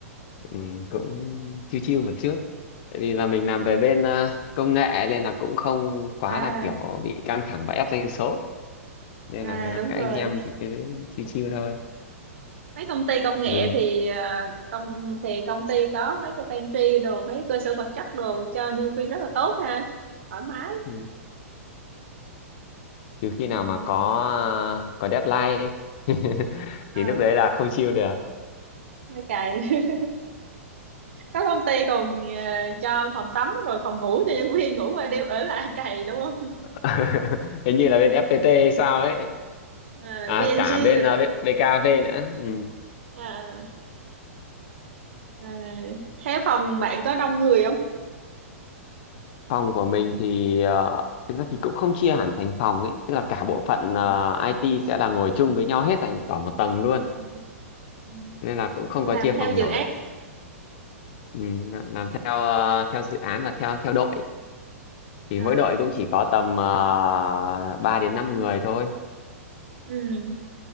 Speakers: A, on the left; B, on the right.
A: ừ, cũng chiêu chiêu một chút tại vì là mình
B: Ừ.
A: làm về bên à, công nghệ nên là cũng không quá
B: À,
A: là kiểu bị căng thẳng và ép doanh số nên
B: à
A: là à,
B: đúng
A: các
B: rồi.
A: anh em thì cứ chiêu chiêu thôi
B: Mấy công ty công nghệ
A: trừ
B: thì ờ, công thì công ty có mấy cái pantry đồ, mấy cơ sở vật chất đồ cho nhân viên rất là tốt ha. Thoải mái.
A: ừ. trừ khi
B: Ừ.
A: nào mà có à, có deadline ấy. <laughs>
B: À,
A: thì lúc đấy là không chiêu được
B: mấy cày. <laughs> Có công ty còn ờ, cho phòng tắm rồi phòng ngủ cho nhân viên ngủ qua đêm ở lại cày đúng không?
A: <laughs> hình như là bên FPT hay sao ấy
B: À,
A: à
B: VNG
A: cả bên
B: rồi
A: à,
B: đó.
A: bên BKV nữa ừ.
B: À, à. Thế phòng bạn có đông người không?
A: phòng của mình thì ờ, thực ra thì cũng không chia hẳn thành phòng ấy tức là cả bộ phận ờ,
B: Ừ.
A: IT sẽ là ngồi chung với nhau hết thành cả một tầng luôn
B: Ừ. Ừ.
A: nên là cũng không
B: Làm
A: có chia
B: theo
A: phòng
B: dự
A: nhỏ
B: án.
A: ừ, làm làm theo ờ, theo dự án và theo theo đội thì
B: À.
A: mỗi đội cũng chỉ có tầm uh, 3 đến 5 người thôi
B: Ừ.